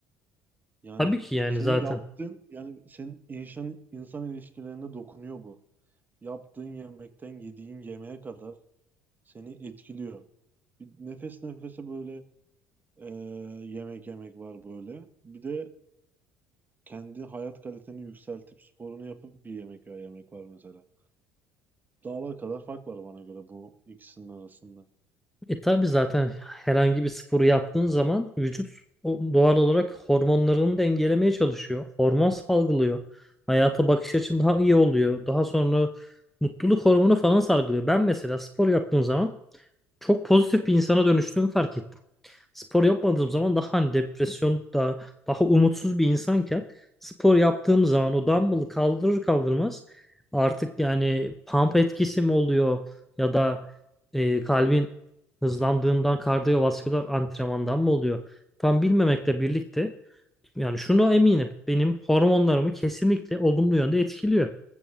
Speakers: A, on the right; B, in the centre.
A: Yani
B: Tabii ki yani
A: senin
B: zaten.
A: yaptığın yani senin insan insan ilişkilerine dokunuyor bu. Yaptığın yemekten yediğin yemeğe kadar seni etkiliyor. Bir nefes nefese böyle e, yemek yemek var böyle. Bir de kendi hayat kaliteni yükseltip sporunu yapıp bir yemek ya yemek var mesela. Dağlar kadar fark var bana göre bu ikisinin arasında.
B: E tabii zaten herhangi bir sporu yaptığın zaman vücut o doğal olarak hormonlarını dengelemeye çalışıyor. Hormon salgılıyor. Hayata bakış açın daha iyi oluyor. Daha sonra mutluluk hormonu falan salgılıyor. Ben mesela spor yaptığım zaman çok pozitif bir insana dönüştüğümü fark ettim. Spor yapmadığım zaman daha hani depresyon daha, daha umutsuz bir insanken spor yaptığım zaman o dumbbell'ı kaldırır kaldırmaz artık yani pump etkisi mi oluyor ya da e, kalbin hızlandığından kardiyovasküler antrenmandan mı oluyor tam bilmemekle birlikte yani şunu eminim benim hormonlarımı kesinlikle olumlu yönde etkiliyor.